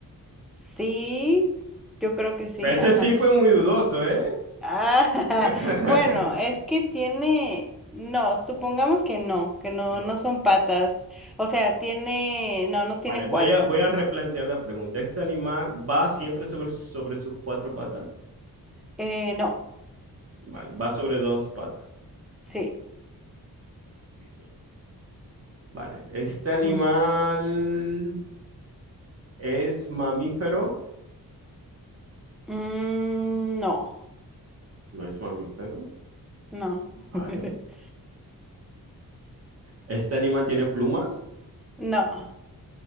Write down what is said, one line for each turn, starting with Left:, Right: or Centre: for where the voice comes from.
Centre: sí, yo creo que sí,
Right: Ese
Centre: ajá.
Right: sí fue muy dudoso, ¿eh?
Centre: Ah,
Right: <laughs>
Centre: <laughs> bueno, es que tiene, no, supongamos que no, que no,
Right: No.
Centre: no son patas. O sea, tiene, no, no tiene
Right: Vale,
Centre: cuatro.
Right: voy a, voy a replantear la pregunta. ¿Este animal va siempre sobre, sobre sus cuatro patas?
Centre: Eh, no,
Right: Vale, va sobre dos patas.
Centre: sí.
Right: Muy bien. Vale, ¿este animal
Centre: Ujú.
Right: es mamífero?
Centre: Mm, no,
Right: No es mamífero.
Centre: no,
Right: Vale.
Centre: <laughs>
Right: ¿Este animal tiene plumas?
Centre: no.